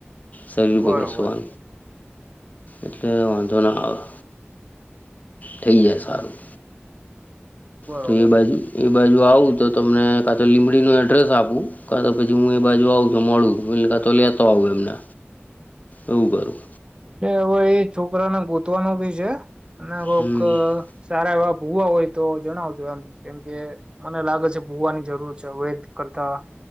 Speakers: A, on the left (about 40°); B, on the right (about 25°).
A: શરીર
B: બરોબર
A: પર ઘસવા. એટલે વાંધો ના આવે થઈ જાય સારું.
B: બરોબર
A: તો એ બાજુ એ બાજુ આવું તો ત મને કા તો લીમડીનો એડ્રેસ આપું કા તો પછી હું એ બાજુ આવું છું મળું એટલે કા તો લેતો આવું એમને. એવું કરું.
B: એ હવે એ છોકરાને ગોતવાનું ભી છે અનેક કોક
A: હમ
B: સારા એવા. ભુવા હોય તો જણાવજો એમ કેમ કે મને લાગે છે. ભુવાની જરૂર છે વૈધ કરતા.